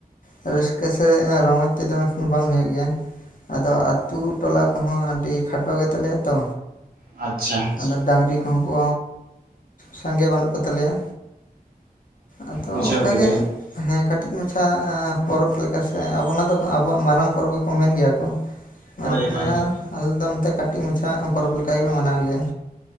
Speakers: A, on the left (about 60°); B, on the right (about 70°).
A: ᱨᱟᱹᱥᱠᱟᱹ ᱥᱮ ᱮᱸ ᱨᱚᱢᱚᱡ ᱛᱮᱫᱚ ᱢᱮᱱᱠᱷᱚᱱ ᱵᱟᱝ ᱦᱩᱭᱩᱜ ᱜᱮᱭᱟ᱾ ᱟᱫᱚ ᱟᱛᱳ ᱴᱚᱞᱟ ᱠᱚᱦᱚᱸ ᱟᱹᱰᱤ ᱠᱷᱟᱴᱚ ᱜᱮᱛᱟᱞᱮᱭᱟ ᱛᱚ᱾
B: ᱟᱪᱪᱷᱟ
A: ᱟᱫᱚ ᱰᱟᱹᱟᱝᱨᱤ ᱠᱚᱦᱚᱸ ᱠᱚ ᱥᱟᱸᱜᱮ ᱵᱟᱹᱱᱩᱜ ᱠᱚ ᱛᱟᱞᱮᱭᱟ᱾ ᱟᱫᱚ
B: ᱵᱩᱡᱷᱟᱹᱣ
A: ᱚᱝᱠᱟᱜᱮ
B: ᱠᱮᱫᱟᱞᱤᱧ
A: ᱦᱮᱸ ᱠᱟᱹᱴᱤᱡ ᱢᱟᱪᱷᱟ ᱯᱚᱨᱚᱵᱽ ᱞᱮᱠᱟ ᱥᱮ ᱟᱵᱚ ᱚᱱᱟ ᱫᱚ ᱟᱵᱚᱣᱟᱜ ᱢᱟᱨᱟᱝ ᱯᱚᱨᱚᱵᱽ ᱜᱮᱠᱚ ᱢᱮᱱ ᱜᱮᱭᱟ ᱠᱚ᱾ <inaudible> ᱢᱮᱱᱠᱷᱟᱱ
B: ᱦᱳᱭ ᱦᱳᱭ
A: ᱟᱞᱮ ᱟᱞᱮ ᱫᱚ ᱱᱚᱛᱮ ᱠᱟᱹᱴᱤᱡ ᱢᱟᱪᱷᱟ ᱯᱚᱨᱚᱵᱽ ᱞᱮᱠᱟ ᱜᱮᱞᱮ ᱢᱟᱱᱟᱣ ᱜᱮᱭᱟ᱾